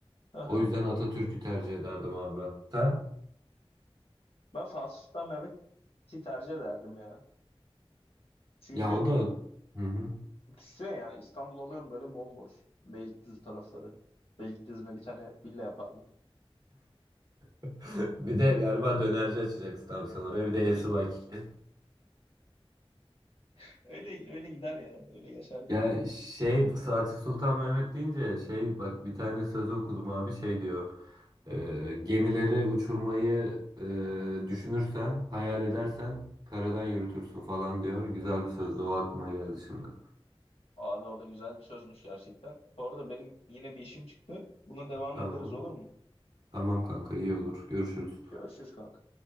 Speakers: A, on the left; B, on the right.
A: <laughs>
B: O yüzden Atatürk'ü tercih ederdim abi ben. Sen?
A: Ben Fatih Sultan Mehmet'i tercih ederdim ya. Çünkü
B: Ya o da Hı hı.
A: düşünsene yani İstanbul alıyorum böyle bomboş. Beylikdüzü tarafları. Beylikdüzü'ne bir tane villa yapardım.
B: <laughs> Bir de galiba dönerci açacaksın abi sen oraya.
A: Bir
B: Bir de El
A: de
B: Subaykiki.
A: <laughs> öyle öyle gider ya. Öyle yaşardık.
B: Ya şey Saati Sultan Mehmet deyince şey bak bir tane sözü okudum abi şey diyor. "Ee, gemileri uçurmayı e, düşünürsen, hayal edersen karadan yürütürsün falan diyor. Güzel bir sözdü o aklıma geldi şimdi.
A: Abi o da güzel bir sözmüş gerçekten. Bu arada benim yine bir işim çıktı. Buna devam
B: Tamam.
A: ederiz olur mu?
B: Tamam kanka iyi olur. Görüşürüz.
A: Görüşürüz kanka.